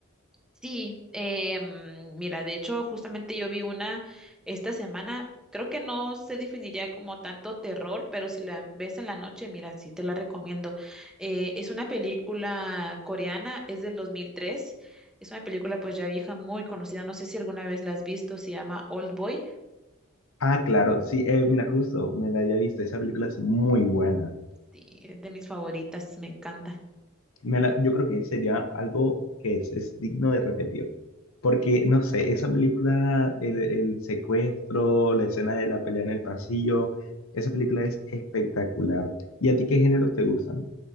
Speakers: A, in the centre; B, on the left.
A: Sí, eh, mm, mira, de hecho, justamente yo vi una esta semana, creo que no se definiría como tanto terror, pero si la ves en la noche, mira, sí te la recomiendo. Eh, es una película coreana, es del 2003. es una película pues ya vieja, muy conocida, no sé si alguna vez la has visto, se llama Old Boy,
B: Ah, claro, sí, eh, mira, justo, me la había visto, esa película es muy buena.
A: sí, es de mis favoritas, me encanta.
B: me la- yo creo que sería algo que es, es digno de repetir. Porque, no sé, esa película, el, el secuestro, la escena de la pelea en el pasillo, esa película es espectacular. ¿Y a ti qué géneros te gustan?